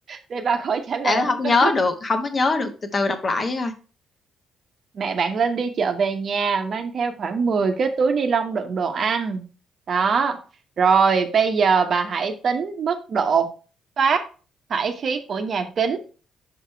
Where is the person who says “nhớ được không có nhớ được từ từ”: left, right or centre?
Left